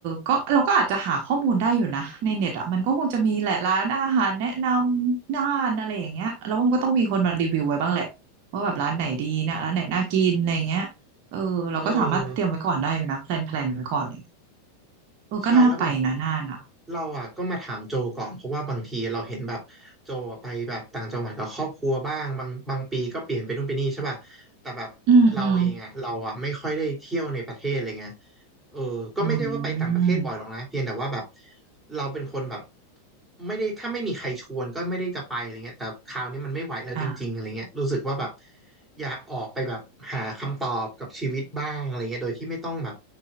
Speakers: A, on the right (about 45°); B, in the centre.
A: ก็เราก็อาจจะหาข้อมูลได้อยู่นะในเน็ตอ่ะมันก็คงจะมีแหละร้านอาหารแนะนำน่านอะไรอย่างเงี้ยแล้วมันก็ต้องมีคนมารีวิวไว้บ้างแหละว่าแบบร้านไหนดีนะร้านไหนน่ากินอะไรอย่างเงี้ยเออเราก็สามารถเตรียมไว้ก่อนได้อยู่นะแพลนแพลนไว้ก่อน
B: เออ
A: เออก็น่าไปนะน่านอ่ะ
B: ใช่แล้วแบบเราอ่ะก็มาถามโจก่อนเพราะว่าบางทีเราเห็นแบบโจไปแบบต่างจังหวัดกับครอบครัวบ้างบางบางปีก็เปลี่ยนไปนู่นไปนี่ใช่ป่ะแต่แบบเราเองอ่ะเราอ่ะไม่ค่อยได้เที่ยวในประเทศเลยไง
A: อืมอืม
B: เออก็ไม่ได้ว่าไปต่างประเทศบ่อยหรอกนะเพียงแต่ว่าแบบ
A: อืม
B: เราเป็นคนแบบไม่ได้ถ้าไม่มีใครชวนก็ไม่ได้จะไปอะไรเงี้ยแต่คราวนี้มันไม่ไหวแล้วจริงๆอะไรเงี้ยรู้สึกว่าแบบ
A: อ่า
B: อยากออกไปแบบหาคำตอบกับชีวิตบ้างอะไรเงี้ยโดยที่ไม่ต้องแบบ